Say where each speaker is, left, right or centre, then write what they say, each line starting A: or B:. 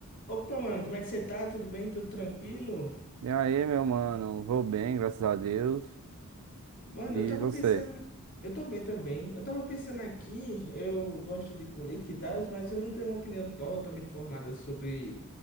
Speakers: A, on the left; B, on the right.
A: Opa, mano, como é que você tá? Tudo bem? Tudo tranquilo?
B: E aí, meu mano, vou bem, graças a Deus.
A: Mano,
B: E
A: eu tava
B: você?
A: pensando. Eu tô bem também. Eu tava pensando aqui, eu gosto de política e tal, mas eu não tenho uma opinião totalmente formada sobre